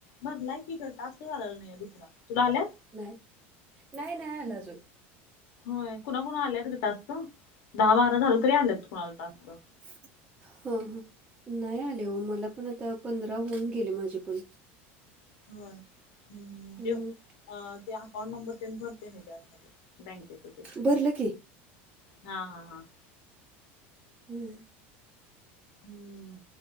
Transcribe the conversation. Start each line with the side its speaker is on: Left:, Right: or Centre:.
Left: भरलाय की ग टास्कच आला नई दुसरा, तुला आलाय?
Right: नाय, नाय नाय आला अजून.
Left: होय कुणा कुणाला आल्यात ग टास्क? दहा बारा झालं तरी आल्यात कुणाला टास्क.
Right: हं हम्म. नाय आले ओ मला पण आता, पंधरा होऊन गेले माझे पण.
Left: होय ह्म्
Right: हं,
Left: ते अ ते अकाउंट नंबर ते न भरते मी खात्यात. बँकेत च
Right: भरलं की
Left: हा हा हा.
Right: हम्म.
Left: हम्म.